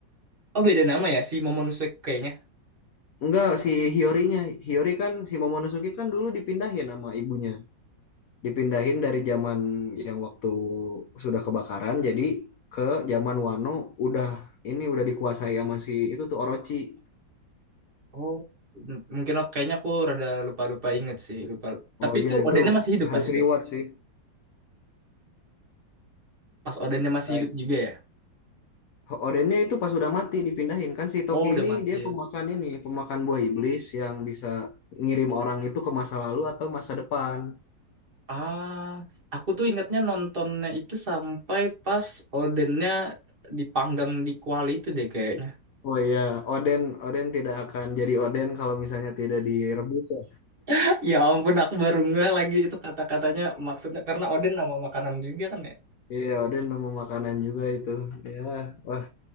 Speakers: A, on the right; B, on the left.
A: oh beda nama ya si Momonosuke kayaknya.
B: Enggak, si Hiyorinya, Hiyori kan si Momonosuke kan dulu dipindahin sama ibunya dipindahin dari zaman yang waktu sudah kebakaran jadi ke zaman Wano udah ini udah dikuasai sama si itu tuh Orochi.
A: Oh. M- Mungkin aku- kayaknya aku rada lupa-lupa inget sih, lupa. Tapi
B: Oh iya
A: itu
B: itu
A: Odennya masih hidup
B: harus
A: pas itu.
B: reward sih.
A: Pas Odennya masih
B: Kayak
A: hidup juga ya.
B: Odennya itu pas udah mati dipindahin kan si Toki
A: Oh, udah
B: ini
A: mati.
B: dia pemakan ini pemakan buah iblis yang bisa ngirim orang itu ke masa lalu atau masa depan.
A: Ah, aku tuh ingatnya nontonnya itu sampai pas odennya dipanggang di kuali itu deh kayaknya.
B: Oh iya, Oden Oden tidak akan jadi Oden kalau misalnya tidak direbus ya.
A: <laughs> Ya ampun, aku baru ngeh lagi itu kata-katanya maksudnya karena oden nama makanan juga kan ya.
B: Iya, Oden nama makanan juga itu. Ya, wah